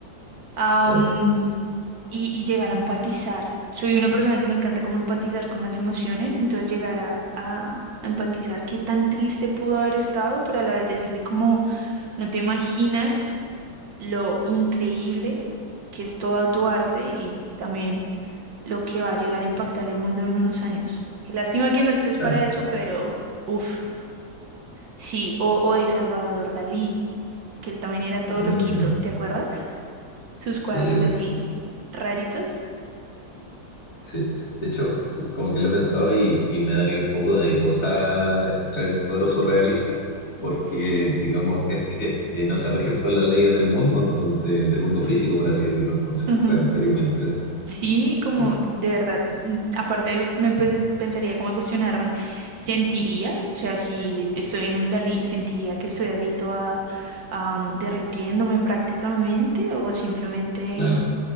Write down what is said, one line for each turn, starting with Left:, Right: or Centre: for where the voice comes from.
Right: ah,
Left: Claro,
Right: mm, y, y llegar a empatizar. Soy una persona que le encanta como empatizar con las emociones, entonces llegar a, a a empatizar qué tan triste pudo haber estado, pero a la vez decirle como... No te imaginas lo increíble que es todo tu arte y también lo que va a llegar a impactar el mundo en unos años. Qué lástima que no estés
Left: claro.
Right: para eso, pero uff, sí, o, o de Salvador Dalí, que él también era todo
Left: Mm,
Right: loquito, ¿te acuerdas? Sus
Left: sí,
Right: cuadros
Left: pues,
Right: así raritos.
Left: sí. De hecho, s- como que lo he pensado y, y me daría un poco de cosa entrar en un cuadro surrealista, porque, digamos, este- este, eh, no se rigen por las leyes del mundo, entonces, del mundo físico, por así decirlo. Entonces,
Right: Ujú.
Left: claro, sería muy interesante.
Right: Sí, como
Left: Sí,
Right: de verdad, mm, aparte me pen- pensaría como a cuestionarme, ¿sentiría? O sea, si de- estoy en un Dalí, ¿sentiría que estoy así toda am, derritiéndome prácticamente o simplemente
Left: claro.